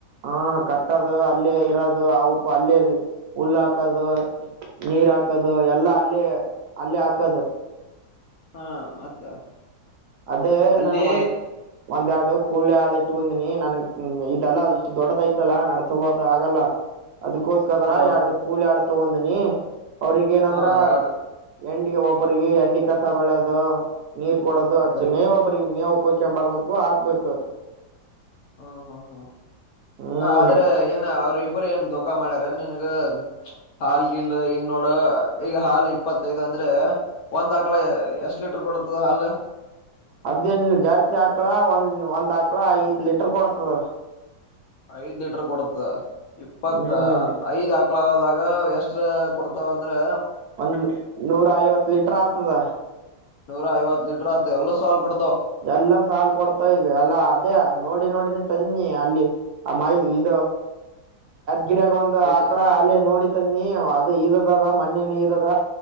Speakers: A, on the right; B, on the left.
A: ಹಾ ಕಟ್ಟದು ಅಲ್ಲೇ ಇರೋದು ಅ ಅಲ್ಲೇ ಹುಲ್ಲ ಹಾಕದು ನೀರ್ ಹಾಕ ಹಾಕದು ಎಲ್ಲಾ ಅಲ್ಲೇ ಅಲ್ಲೇ ಹಾಕದು
B: ಹಾ ಮತ್ತ
A: ಅದೇ
B: ಅಲ್ಲಿ
A: ನಾನು ಒಂದ್ ಒಂದ ಎರಡು ಕೂಳಿ ಹಾಳು ಇಟ್ಕೊಂಡ ನನ್ ಇದಲ್ಲ ಇಷ್ಟು ದೊಡ್ಡದಐತಲ್ಲ ನಡ್ಸಬೋದು ಆಗಲ್ಲ ಅದ್ಕೋಸ್ಕಕರ
B: ಹಾ
A: ಎರಡು ಕೂಲ್ ಎಳ್ ತಗೊಂಡನಿ ಅವ್ರಗ ಏನಂದ್ರ
B: ಹಾ ಯಾಡ್
A: ಎಂಡಿ ಒಬ್ಬ್ರಿಗೆ ಎಂಡಿ ಕಸ ಬೆಳೋದು ನೀರ್ ಕೊಡೋದು ಅಚ್ಚ
B: ಒಬ್ಬರಿ
A: ನೇವ್ ಒಬ್ರಿಗೆ ಮೇವು ಕೋಗ್ಕೊಂಡ ಬರ್ಬೇಕು ಹಾಕ್ಬೇಕು
B: ಹ್ಮ್ ಹ್ಮ್ ಹ್ಮ್
A: ಹ್ಮ್
B: ಆದ್ರೆ ಏನ್ ಅವರು ಒಬ್ರ ಏನ್ ಧಃಖಾ ಮಾಡ್ಯಾರ ನನ್ ಹಾಲ್ಗಿಲ್ ಹಂಗ ನೋಡ ಈಗ ಹಾಲು ಇಪ್ಪತ್ತೈದು ಅಂದ್ರೆ ಒಂದ್ ಆಕಳ ಎಷ್ಟ್ ಲೀಟರ್ ಕೊಡತದ ಹಾಲು
A: ಅದೇನ್ ಜರ್ಸಿ ಹಾಕ್ಳ ಒಂದ ಒಂದ್ ಹಾಕ್ಳ ಐದ್ ಲೀಟರ್ ಕೊಡತದ
B: ಐದ್ ಲೀಟರ್ ಕೊಡತ ಇಪ್ಪತ್ತ
A: ಹ್ಮ್
B: ಐದ್ ಮಕ್ಕಳಾಗ ಎಷ್ಟ ಕೊಡ್ತಾವ ಅಂದ್ರೆ
A: ಒಂದು್ ನೂರ ಐವತ್ತು ಲೀಟರ್ ಆತದ
B: ನೂರ ಐವತ್ ಲೀಟರ್ ಎಲ್ಲ ಸ ಸಾಲ್ ಕೊ
A: ಎಲ್ಲಾ ಸಾಲು ಕೊಡ್ತಾವ ಈಗ ಎಲ್ಲಾ ಅದೇ ನೋಡಿ ನೋಡಿ ತನ್ನಿ ಅಲ್ಲಿ ಆ ಮಸ ಇ ಗಿರಾಗ ಒಂದು
B: ಎಲ್ಲಿ
A: ಆಕಳ ಅಲ್ಲೇ ನೋಡಿ ತನ್ನಿ ಅದು ಇದದ ಅದ ಮನ್ನನ ಇದದ